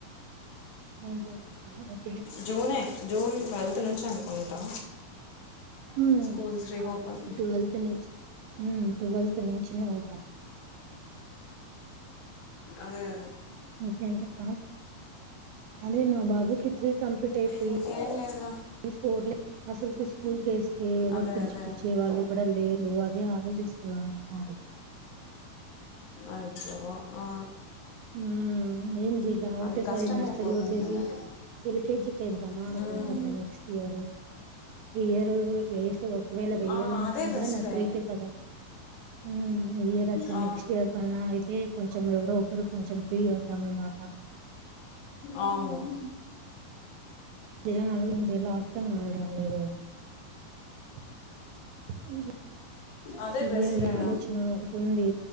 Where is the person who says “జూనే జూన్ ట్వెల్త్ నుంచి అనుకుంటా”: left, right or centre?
Left